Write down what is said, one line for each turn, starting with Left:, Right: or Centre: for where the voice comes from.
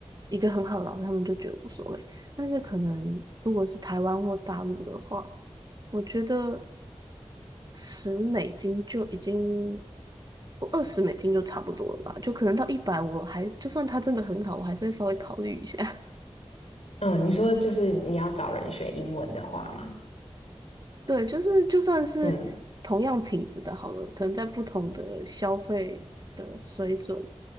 Right: 一个很好的老师，他们就觉得无所谓。但是可能如果是台湾或大陆的话，我觉得。十美金就已经，我二十美金就差不多了吧，就可能到一百，我还就算它真的很好，我还是会稍微考虑一下。
Left: 嗯，你说就是你要找人学英文的话嘛，
Right: <laughs> 对，就是就算是同样品质的好了，
Left: 嗯，
Right: 可能在不同的消费的水准